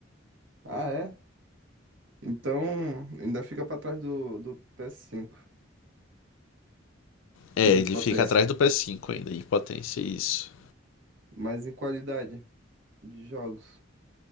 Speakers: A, on the right; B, on the left.
A: Ah, é? Então, ainda fica pra trás do, do PS5
B: É,
A: de
B: ele
A: potência,
B: fica atrás do PS5 ainda, em potência, isso.
A: mas em qualidade de jogos.